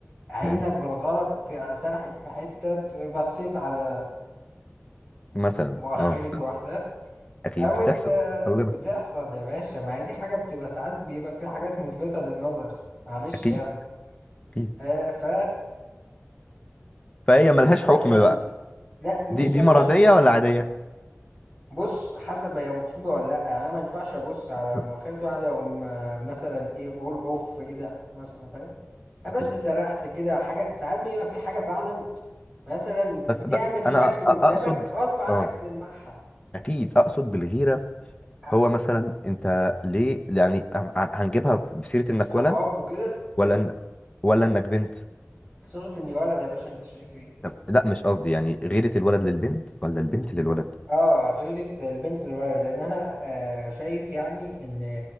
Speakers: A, on the right (about 15°); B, on the left (about 20°).
A: عينك
B: مم.
A: بالغلط سرحت في حتة بصيت على
B: مثلا
A: مؤخرة
B: اه ف-
A: واحدة
B: اكيد
A: قامت
B: بتحصل
A: آه،
B: بتحصل لنا
A: بتحصل يا باشا ما هي دي حاجة بتبقى ساعات بيبقى في حاجات ملفتة للنظر معلش
B: اكيد
A: يعني
B: اكيد
A: آه ف
B: فهي ملهاش
A: تبدأ
B: حكم
A: تعمل
B: بقى
A: مشكلة لا مش
B: دي دي
A: ملهاش
B: مرضيه
A: حق
B: ولا عاديه
A: بص حسب هي مقصودة ولا لا يعني انا ما ينفعش ابص على
B: <laughs>
A: مؤخرة واحدة واقوم آه، مثلا ايه اول اوف ايه ده مثلا فاهم أنا
B: اكيد
A: بس سرحت كده حاجة ساعات بيبقى في حاجة فعلا مثلا
B: بس
A: بتعمل
B: ب... انا
A: شكل
B: أ- اقصد
A: قدامك غصب عنك
B: اه
A: تلمحها
B: اكيد اقصد بالغيره
A: آه،
B: هو مثلا انت ليه يعني هن- هنجيبها في سيره
A: الصحاب
B: انك ولد
A: وكده
B: ولا إن... ولا انك بنت
A: صيغة اني ولد يا باشا انت شايف ايه
B: طب- لا مش قصدي يعني غيره الولد للبنت ولا البنت للولد
A: اه غيرة البنت الولد لان انا آه شايف يعني ان